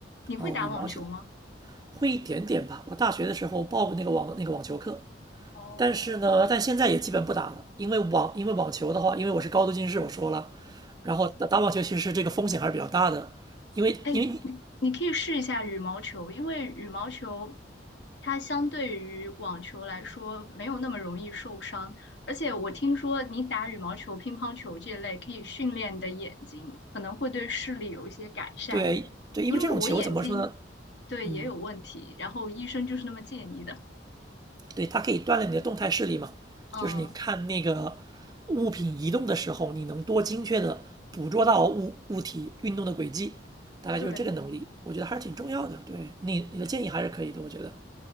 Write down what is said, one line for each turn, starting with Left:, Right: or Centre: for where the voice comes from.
Left: 你会打网球吗？
Right: 哦，羽毛球会一点点吧。我大学的时候报过那个网那个网球课，
Left: 哦，
Right: 但是呢，但现在也基本不打了，因为网因为网球的话，因为我是高度近视，我说了，然后打打网球其实这个风险还是比较大的，因为因为你
Left: 哎，你你可以试一下羽毛球，因为羽毛球它相对于网球来说没有那么容易受伤，而且我听说你打羽毛球、乒乓球这类可以训练你的眼睛，可能会对视力有一些改善。
Right: 对对，因为这种球怎么说呢？
Left: 因为我眼睛对也有问题，
Right: 嗯，
Left: 然后医生就是那么建议的。
Right: 对，它可以锻炼你的动态视力嘛，
Left: 嗯，
Right: 就是你看那个物品移动的时候，你能多精确的捕捉到物物体运动的轨迹，大概就是这个能力，
Left: 对
Right: 我觉得还是挺重要的。对你你的建议还是可以的，我觉得。